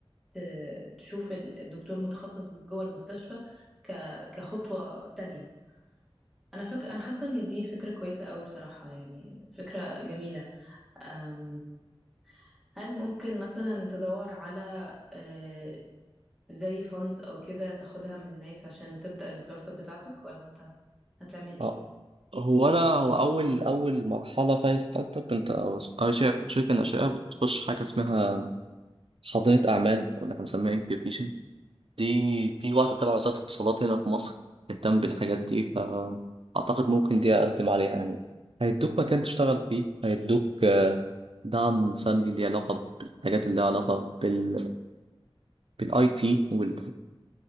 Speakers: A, in the centre; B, on the right (about 70°).
A: ت... تشوف ال- الدكتور متخصص جوه المستشفى ك... كخطوة تانية أنا فك... أنا حاسة إن دي فكرة كويسة قوي بصراحة يعني فكرة جميلة أم... هل ممكن مثلا تدور على آه، زي funds او كده تاخدها من ناس عشان تبدأ الستارت اب بتاعتك ولا انت هتعمل ايه
B: اه هو انا هو اول اول مرحله في أي ستارت اب انت او أي شركه شركة ناشئه بتخش حاجه اسمها حاضنه اعمال او اللي احنا بنسميها انكيوبيشن دي في واحده تبع وزاره الاتصالات هنا في مصر بتهتم بالحاجات دي فاعتقد ممكن دي اقدم عليها يعني هيدوك مكان تشتغل فيه هيدوك دعم فني ليه علاقة بالحاجات اللي لها علاقة بال بالاي تي وال...